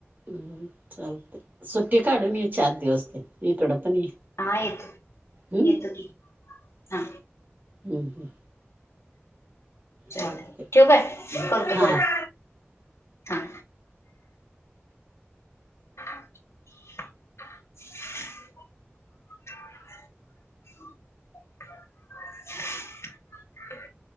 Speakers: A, on the right; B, on the left.
A: हम्म चालते सुट्टी काढून ये चार दिवस इकडं पण ये.
B: हा येत
A: हम्म
B: येतो की हा.
A: हो ह.
B: चल
A: चालते
B: ठेवू काय करतो
A: हां
B: परत हा. असला आवाज आला कळत नाही. आवाज नाही येत.